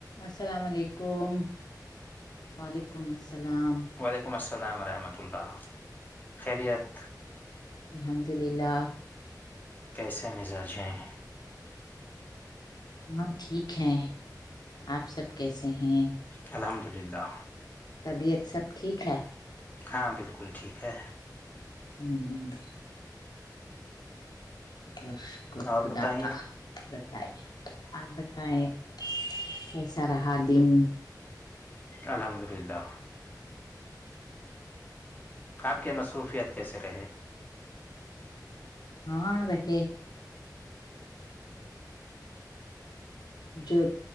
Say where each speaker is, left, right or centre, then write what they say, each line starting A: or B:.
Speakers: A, on the left; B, on the left.
A: السلام علیکم وعلیکم السلام
B: وعلیکم السلام ورحمۃ اللہ خیریت
A: الحمد للہ
B: کیسے مزاجیں
A: ہاں ٹھیک ہے آپ سب کیسے ہیں
B: الحمد للہ
A: طبیعت سب ٹھیک ہے
B: ہاں بالکل ٹھیک ہے
A: ہوں چل شکر
B: اور
A: خدا
B: بتائیے
A: کاا بتائے آپ بتائیں کیسا رہا دن
B: الحمد للہ آپ کے مصروفیت کیسے رہے
A: ہاں اک جو